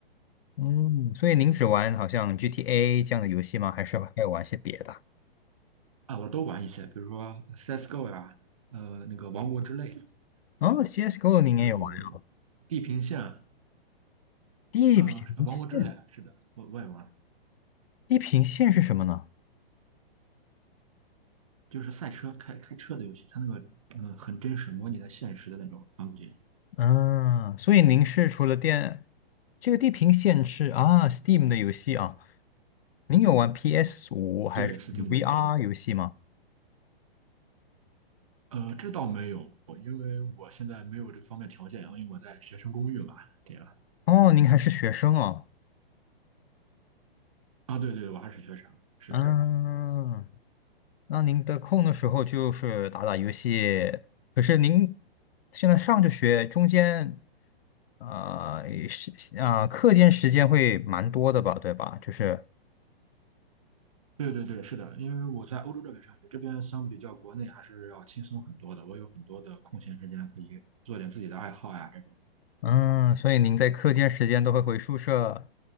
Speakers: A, on the left; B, on the right.
A: 嗯，所以您只玩好像 GTA 这样的游戏吗？还是还有玩些别的？
B: 啊，我都玩一些，比如说 CS:GO 呀、呃，那个《王国之泪》，
A: 哦，CSGO
B: 对，
A: 您也有玩啊？
B: 还有《地平线》，
A: 地平线，
B: 呃，是呃王国之泪》是的，我我也玩，
A: 地平线是什么呢？
B: 就是赛车开开车的游戏，它那个嗯、呃很真实，模拟的现实的那种场景。
A: 嗯，所以您是除了电这个《地平线》是啊，Steam 的游戏啊，您有玩 p s 五还是
B: 对，Steam
A: VR
B: 的游戏，
A: 游戏吗？
B: 呃，这倒没有，因为我现在没有这个方面条件啊，因为我在学生公寓嘛，对吧？
A: 哦，您还是学生哦，
B: 啊，对对，我还是学生，是的。
A: 嗯，那您得空的时候就是打打游戏。可是您现在上着学，中间呃是啊、课间时间会蛮多的吧，对吧？就是
B: 对对对，是的，因为我在欧洲这边上学，这边相比较国内还是要轻松很多的。我有很多的空闲时间可以做点自己的爱好呀，这种
A: 嗯，所以您在课间时间都会回宿舍